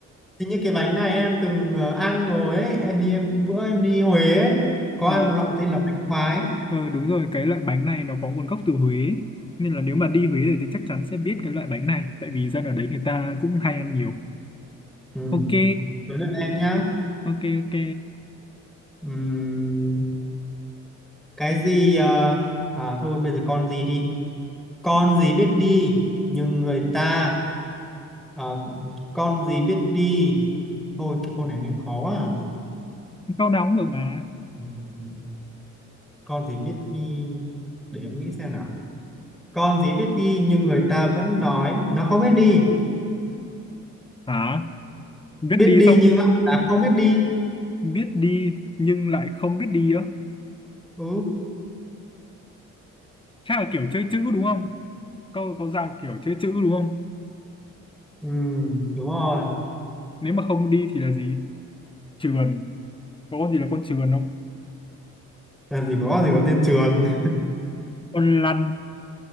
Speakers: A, in the centre; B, on the left.
A: hình như cái bánh này em từng ờ, ăn rồi ấy em, hình như em bữa em đi Huế ấy, có
B: ờ
A: ăn một loại tên là bánh khoái
B: ờ, đúng rồi cái loại bánh này nó có nguồn gốc từ Huế nên là nếu mà đi Huế rồi thì chắc chắn sẽ biết cái loại bánh này tại vì dân ở đấy người ta cũng hay ăn nhiều
A: ừ.
B: ok
A: đến lượt em nhá
B: ok ok
A: Ừm, cái gì ờ, à thôi bây giờ con gì đi con gì biết đi nhưng người ta ờ, con gì biết đi Thôi cái câu này nên khó à.
B: câu nào cũng được mà
A: Ừ, ừ. Con gì biết đi. Để em nghĩ xem nào. Con gì biết đi nhưng người ta vẫn nói nó không biết đi.
B: hả biết
A: Biết
B: đi
A: đi
B: xong
A: nhưng lại là không biết đi.
B: biết đi nhưng lại không biết đi á
A: Ừ.
B: chắc là kiểu chơi chữ đúng không câu có dạng kiểu chơi chữ đúng không
A: Ừ, đúng rồi.
B: nếu mà không đi thì là gì trườn có con gì là con trườn không
A: Làm gì có con gì có tên trườn. <laughs>
B: con lăn